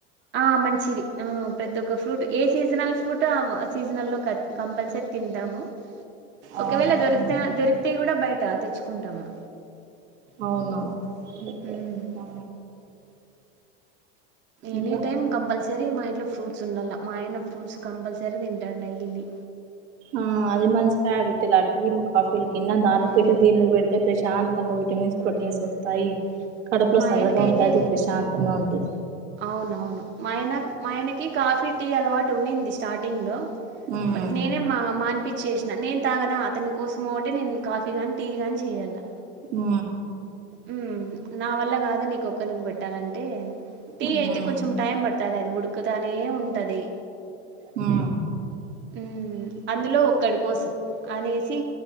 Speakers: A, on the right; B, on the right.
A: ఆ మంచిది ఆ ప్రతి ఒక్క ఫ్రూట్ ఏ సీజనల్ ఫ్రూట్ అవ్ ఆ సీజనల్లో కమ్ కంపల్సరీ తింటాము. ఒకవేళ
B: అవును
A: దరికితె
B: అవును
A: దొరికితే కూడా బయట తెచ్చుకుంటాము.
B: అవునా అయితే
A: ఉమ్
B: ఆ
A: ఎనీ
B: ఇంకా
A: టైం కంపల్సరీ మా ఇంట్లో ఫ్రూట్స్ ఉండల్లా మా ఆయన ఫ్రూట్స్ కంపల్సరీ తింటాడు డైలీ.
B: ఆ అది మంచి హ్యాబిట్లె ఆ టీలు కాఫీలు కన్నా దానికి
A: హ్మ్.
B: పెట్టెది దీన్లకి పె యితే ప్రశాంతంగా విటమిన్స్ ప్రోటీన్స్ వస్తాయి, కడపులో
A: మా
B: సల్లగా
A: ఆయనకైతే
B: ఉంటాది ప్రశాన్ ఉమాంతు
A: అవునవును మా ఆయన మా ఆయనకి కాఫీ టీ అలవాటు ఉన్నింది స్టార్టింగ్లో.
B: ఉమ్
A: బట్ నేన్ మా మానిపించేసినా నేను తాగనా అతని కోసం ఒకటే నేను కాఫీ గాని టీ గాని చేయలా.
B: ఉ
A: ఉమ్ నా వల్ల కాదు నీకొక్కరినికి పెట్టాలంటే టీ
B: ఉమ్
A: అయితే కొంచెం టైం పడుతది అది ఉడుకుతానే ఉంటాది.
B: ఉ
A: ఉ అందులో ఒక్కడి కోసం అనేసి